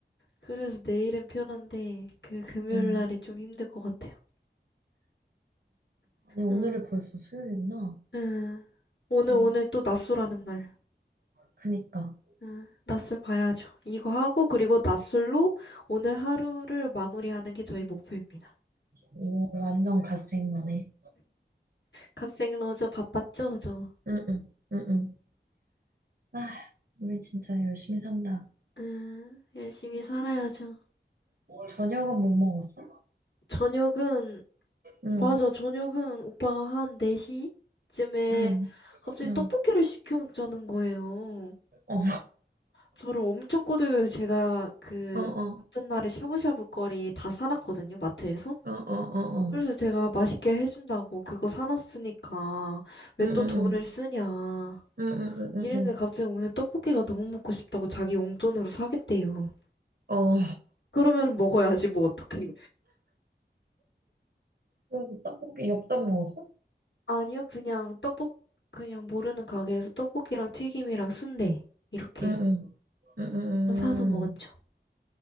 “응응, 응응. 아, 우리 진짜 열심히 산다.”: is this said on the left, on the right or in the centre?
Right